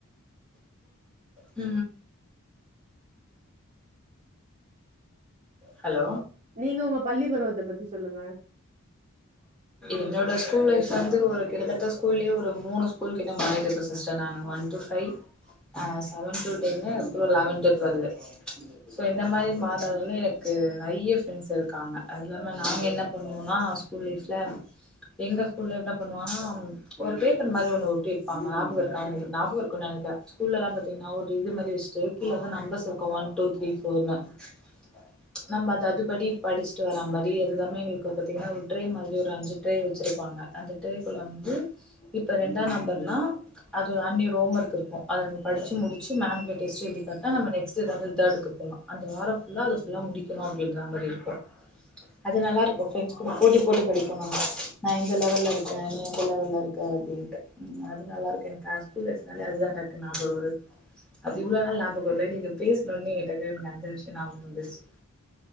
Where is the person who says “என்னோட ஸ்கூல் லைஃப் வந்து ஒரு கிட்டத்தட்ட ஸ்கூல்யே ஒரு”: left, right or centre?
Centre